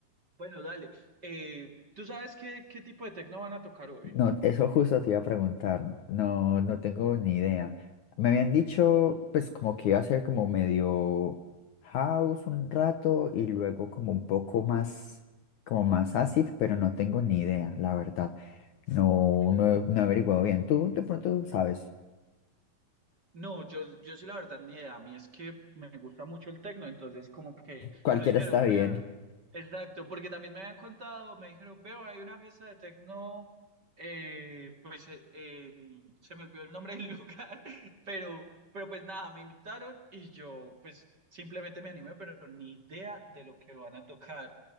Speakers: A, on the right; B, on the left.
A: bueno, dale. Eh, ¿tú sabes qué, qué tipo de tecno van a tocar hoy?
B: No, eso justo te iba a preguntar. No, no tengo ni idea. Me habían dicho, pues, como que iba a ser como medio house un rato y luego como un poco más, como más acid, pero no tengo ni idea, la verdad. No,
A: Ok,
B: no,
A: ok.
B: he no he averiguado bien. Tú de pronto sabes.
A: No, yo, yo sí la verdad ni idea. A mí es que me gusta mucho el tecno, entonces como que
B: Cualquiera
A: me dijeron,
B: está
A: veo,
B: bien.
A: exacto, porque también me habían contado, me dijeron, veo, hay una fiesta de tecno, eh, pues eh, en- se me olvidó el nombre del <laughs> lugar, pero, pero pues nada, me invitaron y yo pues simplemente me animé, pero ni idea de lo que van a tocar.